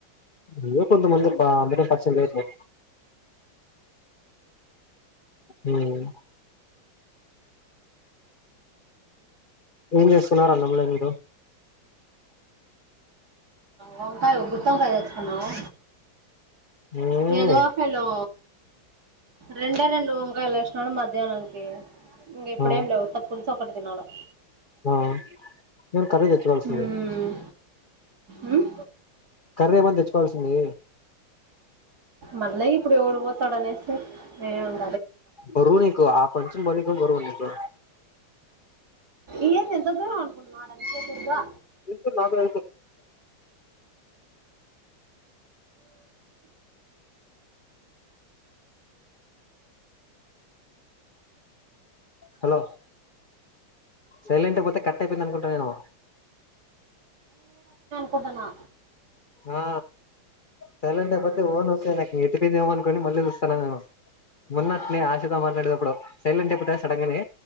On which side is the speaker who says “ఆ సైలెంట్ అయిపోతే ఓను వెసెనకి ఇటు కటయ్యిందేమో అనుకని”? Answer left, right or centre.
Left